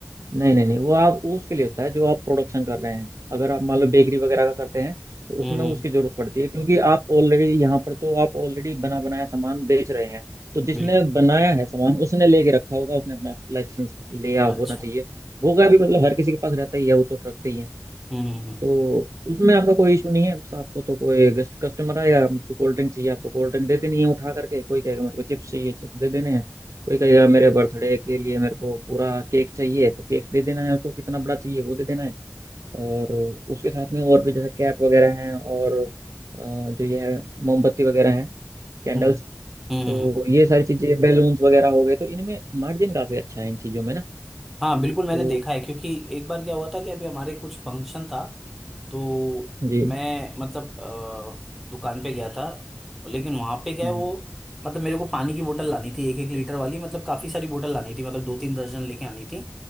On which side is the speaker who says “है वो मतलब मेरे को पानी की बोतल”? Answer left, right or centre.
Centre